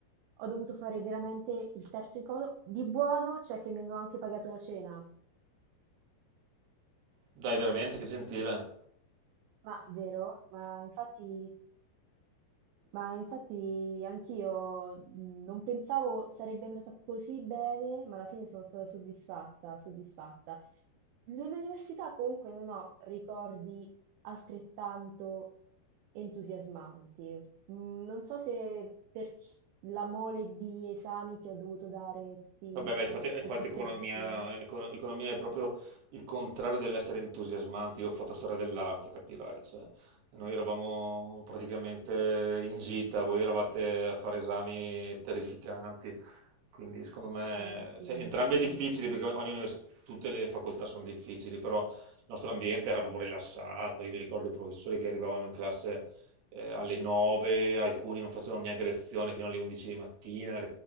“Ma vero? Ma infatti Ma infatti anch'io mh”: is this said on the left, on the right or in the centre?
Right